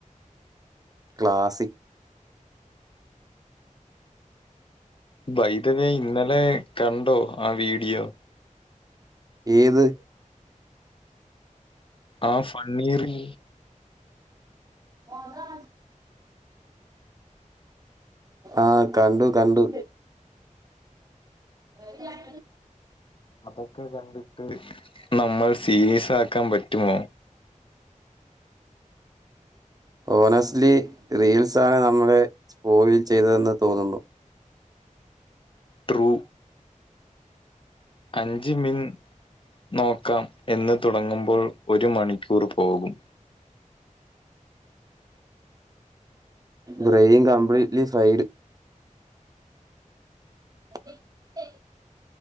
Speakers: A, on the right; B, on the left.
A: ക്ലാസിക്..
B: ബൈതവേ ഇന്നലെ കണ്ടോ ആഹ് വീഡിയോ..
A: ഏത്..
B: ആഹ് ഫണ്ണീ റീൽ
A: മൊഗാ. ആഹ് കണ്ടു കണ്ടു. <inaudible>
B: അതൊക്കെ കണ്ടിട്ട് നമ്മൾ സീരിയസ് ആക്കാൻ പറ്റുമോ..
A: ഹോണസ്റ്റ്ലി റീൽസാണ് നമ്മളെ സ്പോയിൽ ചെയ്തതെന്ന് തോന്നുന്നു..
B: ട്രൂ അഞ്ച് മിൻ നോക്കാം എന്ന് തുടങ്ങുമ്പോൾ ഒരു മണിക്കൂർ പോകും..
A: ബ്രെയിൻ കംപ്ലീറ്റ്ലി ഫൈഡ്.. <unintelligible>